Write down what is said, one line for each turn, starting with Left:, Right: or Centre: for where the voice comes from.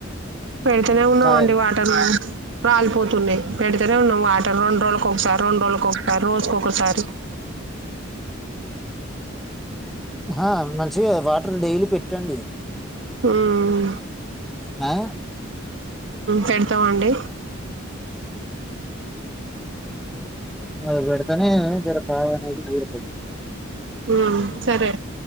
Right: పెడితేనే ఉన్నాంండి
Centre: కాయలు
Right: వాటలో రాలిపోతున్నాయి పెడితేనే ఉన్నాం వాటర్ రెండు రోజు ొసారి రెండు రోజుక ఒకసారి రోజుకకసారి
Centre: ఆ మంచిగా వాటర్ డైలీ పెట్టండి హ
Right: ఉమ్ పెడతామండి
Centre: అ పెడితేనే ఇక్కడ కావ అనేది ఊడిపోదు
Right: ఉమ్ సరే